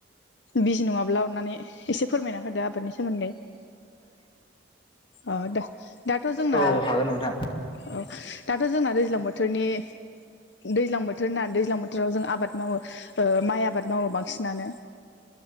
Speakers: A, on the left; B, on the left.
A: बिजि नङाब्ला अननानै एसे फोरमायना होदो आबादनि सोमोन्दै। अ द दाथ जोंना
B: औ हागोन नोंथां
A: अ दाथ जोंना दैज्लां बोथोरनि। दैज्लां बोथोर ना दैज्लां बोथोराव जों आबाद मावो। ओ- माइ आबाद मावो बांसिनानो